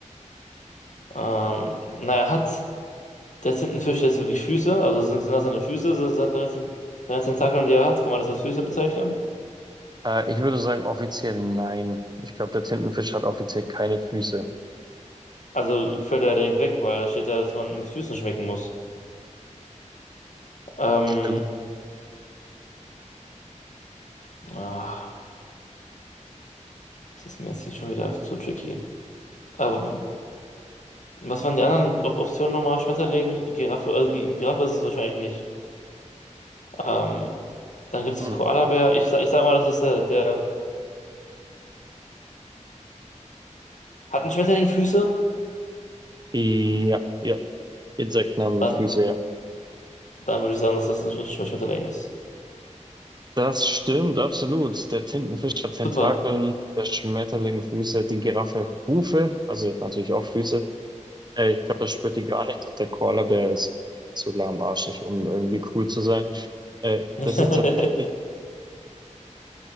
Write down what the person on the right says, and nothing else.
Äh, ich würde sagen offiziell nein. Ich glaube, der Tintenfisch hat offiziell keine Füße.
Stimmt.
Mhm.
Ja, ja. Insekten haben
Füße, ja.
Das stimmt, absolut. Der Tintenfisch hat Tentakeln,
der Schmetterling Füße, die Giraffe Hufe, also natürlich auch Füße. Äh, ich glaube, das spürt die gar nicht. Der Koalabär ist zu lahmarschig, um irgendwie cool zu sein. Äh,
das ist tatsächlich,